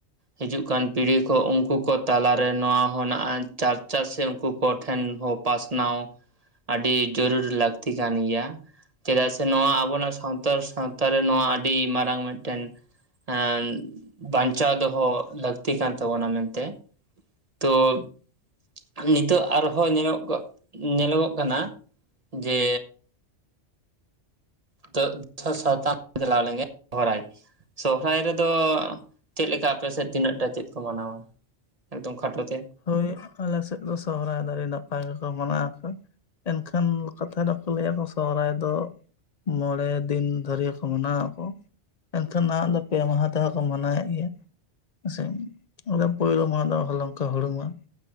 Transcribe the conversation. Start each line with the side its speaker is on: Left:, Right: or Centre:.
Right: ᱦᱤᱡᱩᱜ ᱠᱟᱱ ᱯᱤᱲᱦᱤ ᱠᱚ ᱩᱱᱠᱩ ᱠᱚ ᱛᱟᱞᱟᱨᱮ ᱱᱚᱣᱟ ᱦᱚᱸ ᱱᱟᱜ-ᱟᱭ ᱪᱟᱨᱪᱟ ᱥᱮ ᱩᱱᱠᱩ ᱠᱚᱴᱷᱮᱱ ᱦᱚᱸ ᱯᱟᱥᱱᱟᱣ ᱟᱹᱰᱤ ᱡᱚᱨᱩᱨᱤ ᱞᱟᱹᱠᱛᱤ ᱠᱟᱱ ᱜᱮᱭᱟ᱾ ᱪᱮᱫᱟᱜ ᱥᱮ ᱱᱚᱣᱟ ᱟᱵᱚᱱᱟᱜ ᱥᱟᱶᱛᱟᱲ ᱥᱟᱶᱛᱟ ᱨᱮ ᱱᱚᱣᱟ ᱟᱹᱰᱤ ᱢᱟᱨᱟᱝ ᱢᱤᱫᱴᱮᱱ ᱮᱸᱱ ᱵᱟᱧᱪᱟᱣ ᱫᱚᱦᱚ ᱞᱟᱹᱠᱛᱤ ᱠᱟᱱ ᱛᱟᱵᱚᱱᱟ ᱢᱮᱱᱛᱮ᱾ ᱛᱚ ᱱᱤᱛᱚᱜ ᱟᱨᱦᱚᱸ ᱧᱮᱞᱚᱜ ᱧᱮᱞᱚ ᱜᱚᱜ ᱠᱟᱱᱟ ᱡᱮ <unintelligible> ᱥᱚᱦᱚᱨᱟᱭ ᱨᱮᱫᱚ ᱪᱮᱫ ᱞᱮᱠᱟ ᱟᱯᱮ ᱥᱮᱫ ᱛᱤᱱᱟᱹᱜᱴᱟ ᱪᱮᱫ ᱠᱚ ᱢᱟᱱᱟᱣᱟ ᱮᱠᱫᱚᱢ ᱠᱷᱟᱴᱚ ᱛᱮ
Left: ᱦᱳᱭ ᱟᱞᱮ ᱥᱮᱫ ᱫᱚ ᱥᱚᱦᱨᱟᱭ ᱫᱚ ᱟᱰᱤ ᱱᱟᱯᱟᱭ ᱜᱮᱠᱚ ᱢᱟᱱᱟᱣ ᱟᱠᱚ ᱮᱱᱠᱷᱟᱱ ᱠᱟᱛᱷᱟ ᱨᱮᱠᱚ ᱞᱟᱹᱭᱟ ᱥᱚᱦᱨᱟᱭ ᱫᱚ ᱢᱚᱬᱮ ᱫᱤᱱ ᱫᱷᱚᱨᱮ ᱠᱚ ᱢᱟᱱᱟᱣᱟ ᱠᱚ ᱮᱱᱠᱷᱟᱱ ᱱᱟᱦᱟᱜ ᱫᱚ ᱯᱮᱲᱟ ᱢᱟᱦᱟ ᱛᱮᱦᱚᱸ ᱠᱚ ᱢᱟᱱᱟᱣᱮᱫ ᱜᱮᱭᱟ ᱦᱮ ᱥᱮ ᱚᱱᱟ ᱯᱳᱭᱞᱳ ᱢᱟᱦᱟ ᱫᱚ ᱦᱚᱞᱚᱝᱠᱚ ᱦᱩᱲᱩᱝᱼᱟ